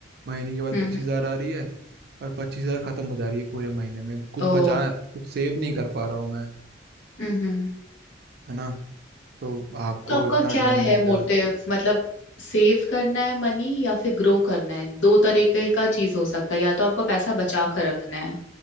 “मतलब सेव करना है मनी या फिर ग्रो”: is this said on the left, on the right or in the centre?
Left